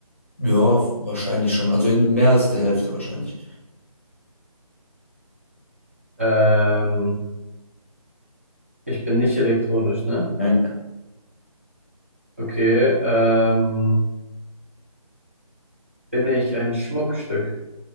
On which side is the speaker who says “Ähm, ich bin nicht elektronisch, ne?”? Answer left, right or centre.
Right